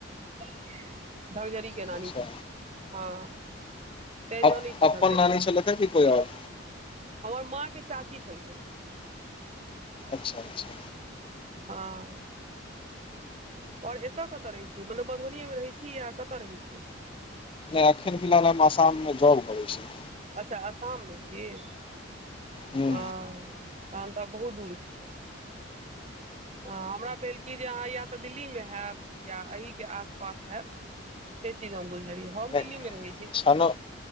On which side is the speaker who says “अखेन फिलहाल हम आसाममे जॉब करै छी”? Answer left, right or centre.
Left